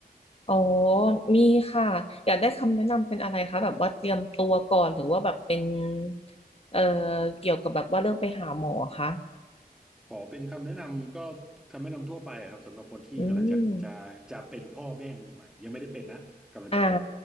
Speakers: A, on the left; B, in the centre.
A: อ๋อ มีค่ะ อยากได้คำแนะนำเป็นอะไรคะ แบบว่าเตรียมตัวก่อน หรือว่าแบบเป็น เอ่อเกี่ยวกับแบบว่าเรื่องไปหาหมอคะ
B: ขอเป็นคำแนะนำก็คำแนะนำทั่วไปอะครับสำหรับคนที่กำลังจะจะจะเป็นพ่อแม่มือใหม่ยังไม่ได้เป็นนะกำลังจะเป็น
A: อืม อ่า